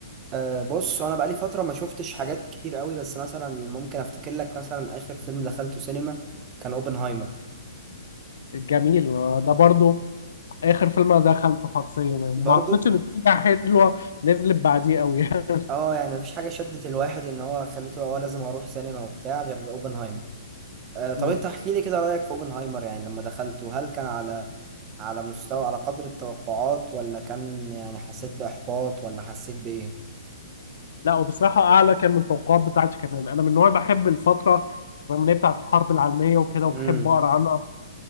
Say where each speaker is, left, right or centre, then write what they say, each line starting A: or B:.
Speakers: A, on the right; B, on the left.
A: آه بص انا بقالي فتره ما شفتش حاجات كتير قوي بس مثلا ممكن افتكر لك مثلا اخر فيلم دخلته سينما كان اوبنهايمر
B: جميل آه، ده برضو اخر فيلم انا دخلته حرفيا يعني. ما
A: برضو
B: اعتقدش ان في حاجه حلوه نزلت بعديه قوي <laughs>
A: اه يعني مفيش حاجه شدت الواحد ان هو خليته اه لازم اروح سينما وبتاع غير اوبنهايمر آه، طب
B: مم.
A: انت احكي لي كده رأيك في اوبنهايمر يعني لما دخلته هل كان على على مستوى على قدر التوقعات ولا كان يعني حسيت بإحباط ولا حسيت بإيه؟
B: لا وبصراحة أعلى كان من التوقعات بتاعتي كمان أنا من النوع اللي بحب الفترة الزمنية بتاعت الحرب العالمية وكده وبحب
A: امم
B: أقرأ عنها